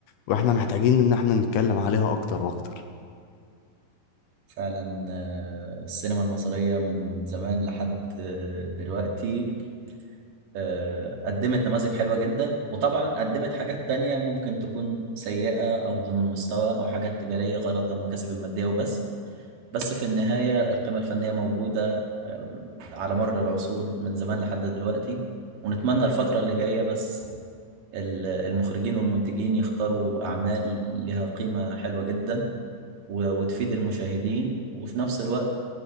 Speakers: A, on the left; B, on the right.
A: وإحنا محتاجين إن إحنا نتكلم عليها أكتر وأكتر
B: فعلا آه، السينما المصرية من زمان لحد آه، دلوقتي آه، قدمت نماذج حلوة جدا وطبعا قدمت حاجات تانية ممكن تكون سيئة أو دون المستوى أو حاجات تجارية غرضها المكاسب المادية وبس بس في النهاية القيمة الفنية موجودة آم، على مر العصور من زمان لحد دلوقتي ونتمنى الفترة اللي جاية بس ال- المخرجين والمنتجين يختاروا أعمال لها قيمة حلوة جدا و- وتفيد المشاهدين وفي نفس الوقت